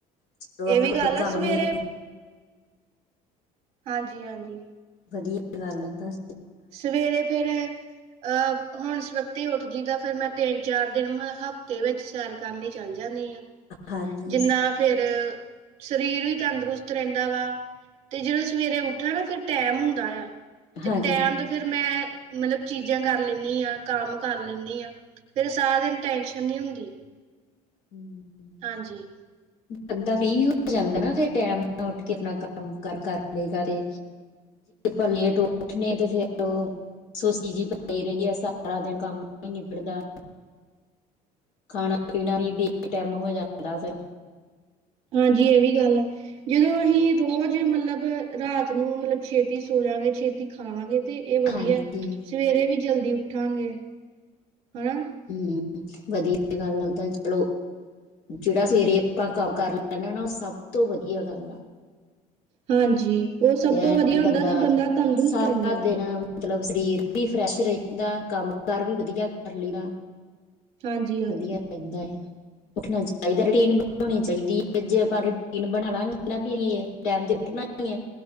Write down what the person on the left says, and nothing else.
ਚਲੋ
ਆਪਣੇ
ਕੋਲ ਕੰਮ
ਵੀ
ਵਧੀਆ ਗੱਲ ਐ ਐਦਾਂ।
ਹਾਂਜੀ
ਹਾਂਜੀ
ਹੂੰ, ਹੂੰ।
ਬਂਦਾ ਫਰੀ ਹੋ ਜਾਂਦਾ ਨਾ ਫਿਰ ਟੈਮ ਨਾਲ ਉੱਠ ਕੇ ਆਪਣਾ ਕੰਮ ਕਰ, ਕਰ ਲਈ ਦਾ ਤੇ ਪਰ ਲੇਟ ਉੱਠਣੇ ਤੇ ਫੇਰ ਔ ਸੁਸਤੀ ਜੀ ਪਈ ਰੇਂਦੀ ਏ ਸਾਨ ਸਾਰਾ ਦਿਨ ਕੰਮ ਨਈ ਨਿਬੜਦਾ। ਖਾਣਾ ਪੀਣਾ ਵੀ ਬੇ ਟਾਈਮ ਹੋ ਜਾਂਦਾ ਫੇਰ
ਹਾਂਜੀ
ਹੂੰ, ਵਧੀਆ ਗੱਲ ਐ ਔਦਾਂ ਚਲੋ ਜੜਾ ਸਵੇਰੇ ਆਪਾਂ ਕਰ, ਕਰ ਲੈਂਨੇ ਆ ਨਾ ਔ ਸਭ ਤੋਂ ਵਧੀਆ ਗੱਲ ਆ।
ਤੇ
ਐਂ
ਬੰਦਾ
ਸਾਰਾ
ਦਿਨ ਮਤਲਬ ਸਰੀਰ ਵੀ ਫਰੈਸ਼ ਰਇੰਦਾ ਕੰਮ ਕਾਰ ਵੀ ਵਧੀਆ ਕਰ ਲੈਂਆ
ਵਧੀਆ ਰਇੰਦਾ ਏ। ਉੱਠਣਾ ਚਾਈਦਾ। ਰੂਟੀਨ ਬਣਾਉਣੀ ਚਾਈਦੀ ਐ ਜੇ ਆਪਾਂ ਰੂਟੀਨ ਬਣਾ ਲਾਂਗੇ ਨਾ ਵੀ ਅਸੀਂ ਟੈਮ ਤੇ ਉੱਠਣਾ ਈ ਐ